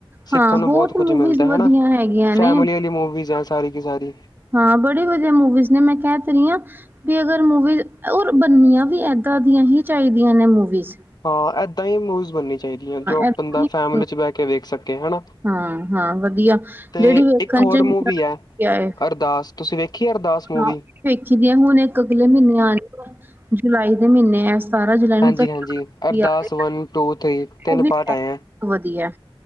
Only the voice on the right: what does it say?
ਹਾਂ
ਮੂਵੀਜ਼
ਵਧੀਆ
ਹੈਗੀਆਂ
ਨੇ
ਹਾਂ, ਬੜੀ ਵਧੀਆ ਮੂਵੀਜ਼ ਨੇ, ਮੈਂ, ਕਹਿ ਤੇ ਰਹੀਂ ਆ, ਤੇ, ਅਗਰ ਮੂਵੀਜ਼ ਓਰ, ਬੰਨਨੀਆਂ ਵੀ ਐਦਾਂ ਦੀਆਂ ਹੀ ਚਾਹੀਦੀਆਂ ਨੇ, ਮੂਵੀਜ।
ਏਦਾਂ
ਹੀ
ਹਾਂ ਹਾਂ ਵਧੀਆ
ਜਿਹੜੀ ਵੇਖਣ
ਚ
ਆਏ
ਹਾਂ, ਵੇਖੀਦੀਆਂ ਹੁਣ ਇੱਕ ਅਗਲੇ ਮਹੀਨੇ ਆ ਰਹੀ, ਜੁਲਾਈ ਦੇ ਮਹੀਨੇ ਐਸ। ਸਾਰਾ ਜਲਾਨ
<unintelligible>
ਉਹ ਵੀ
ਵਧੀਆ।